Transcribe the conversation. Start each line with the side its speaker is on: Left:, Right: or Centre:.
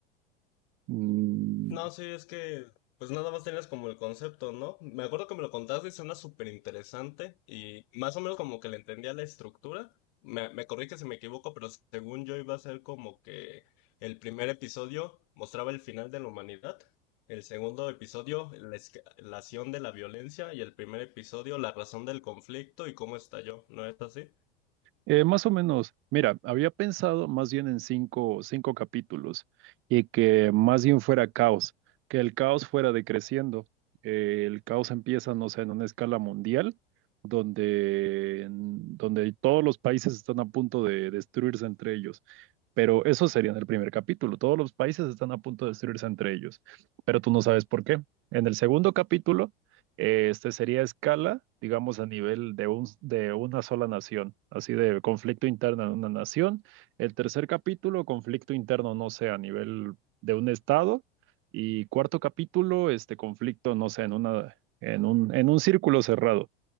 Right: Mm,
Left: No, sí, es que pues nada más tenías como el concepto, ¿no? Me acuerdo que me lo contaste y suena súper interesante y más o menos como que le entendía la estructura. Me, me corrige si me equivoco, pero según yo iba a ser como que el primer episodio mostraba el final de la humanidad, el segundo episodio la escalación de la violencia y el primer episodio la razón del conflicto y cómo estalló, ¿no es así?
Right: Eh, más o menos, mira, había pensado más bien en cinco, cinco capítulos y que más bien fuera caos, que el caos fuera decreciendo. Eh, el caos empieza, no sé, en una escala mundial, donde, mm, donde todos los países están a punto de destruirse entre ellos. Pero eso sería en el primer capítulo, todos los países están a punto de destruirse entre ellos, pero tú no sabes por qué. En el segundo capítulo eh, este sería escala, digamos, a nivel de, un, de una sola nación, así de conflicto interno en una nación. El tercer capítulo, conflicto interno, no sé, a nivel de un estado. Y cuarto capítulo, este conflicto, no sé, en una, en un, en un círculo cerrado.